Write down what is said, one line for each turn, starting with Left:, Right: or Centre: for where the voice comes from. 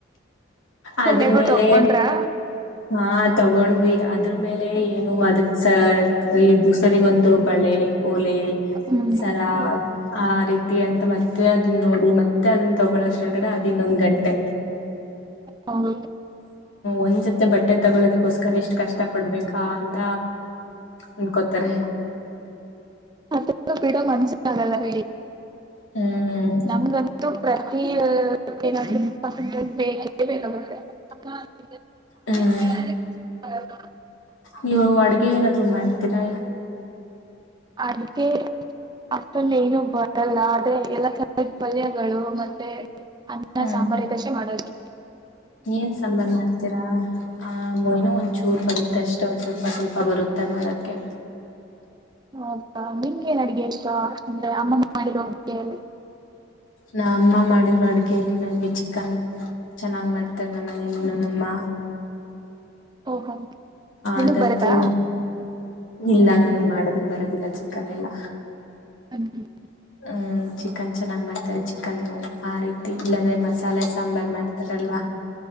Right: ಕೊನೆಗೂ
Left: ಅದ್ರ ಮೇಲೆ
Right: ತಗೊಂಡ್ರಾ?
Left: ಹಾ ತಗೊಂಡ್ವಿ ಅದ್ರ ಮೇಲೆ ಏನು ಅದಕ್ ಈ ಸರಿ ಹೋದೋ ಬಳೆ, ಓಲೆ,
Right: ಹ್ಮ್
Left: ಸರಾ ಆ ರೀತಿ ಅಂತ ಮತ್ತೆ ಅದನ್ನ ನೋಡಿ ಮತ್ತೆ ಅದನ್ನ ತ ಳಷ್ಟ ಒಳಗಡೆ ಅದ ಇನ್ನೊಂದ್ ಗಂಟೆ
Right: ಹೌದು
Left: ಒಂದ್ ಜೊತೆ ಬಟ್ಟೆ ತಗೊಳ್ಳೋದಕ್ಕೋಸ್ಕರ ಇಷ್ಟ ಕಷ್ಟ ಪಡ್ಬೇಕಾ ಅಂತ ಅನ್ಕೋತಾರೆ
Right: ಅದ ಬಿಡೋ ಮನ್ಸ ಆಗಲ್ಲ ಬಿಡ
Left: ಹ್ಮ್
Right: ನಮಗಂತೂ ಪ್ರತಿ <unintelligible>
Left: ಹ್ಮ್
Right: <unintelligible>
Left: ನೀವು ಅಡಗೆ ಏನಾದ್ರು ಮಾಡ್ತೀರಾ
Right: ಅದಕ್ಕೆ ಅಷ್ಟೊಂದ ಏನು ಬರಲ್ಲಾ ಆದ್ರೆ ಎಲ್ಲಾ ಪಲ್ಯಗಳು ಮತ್ತೆ ಅನ್ನ
Left: ಹ್ಮ್
Right: ಸಾಂಬಾರ್ ಇದಸೆ ಮಾಡೋದ
Left: ಏನ್ ಸಾಂಬಾರ್ ಮಾಡ್ತೀರಾ ಆ ಇನೋ ಒಂದ್ಚೂರ್ ಬಡ ತ್ತೆಷ್ಟೊಂದ್ ಸ್ವಲ್ಪ ಸ್ವಲ್ಪ ಬರುತ್ತೆ ಮಾಡಕ್ಕೆ
Right: ಹೌದಾ ನಿಂಗೆನ್ ಅಡಗೆ ಇಷ್ಟ ಅಂದ್ರೆ ಅಮ್ಮಮ್ಮ ಮಾಡಿರೋ ಅಡುಗೆಯಲ್ಲಿ
Left: ನಾ ಅಮ್ಮ ಮಾಡಿರೋ ಅಡ್ಗೆಯಲ್ಲಿ ನಂಗೆ ಚಿಕನ್ ಚೆನ್ನಾಗ್ ಮಾಡ್ತಾರ ನಮ್ಮನೇಲಿ ನಮ್ಮಮ್ಮ
Right: ಓಹೋ ನಿಮಗ್
Left: ಅದಂತೂ
Right: ಬರತ್ತಾ
Left: ಇಲ್ಲ ನ ಮಾಡೋದ ಬರೋದಿಲ್ಲ ಚಿಕನ್ ಎಲ್ಲಾ
Right: ಹ
Left: ಹ್ಮ್ ಚಿಕನ್ ಚೆನ್ನಾಗಿ ಮಾಡ್ತಾರೆ ಚಿಕನ್ನು ಆ ರೀತಿ ಇಲ್ಲಾಂದ್ರೆ ಮಸಾಲೆ ಸಾಂಬಾರ್ ಮಾಡ್ತಾರೆ ತಲ್ವಾ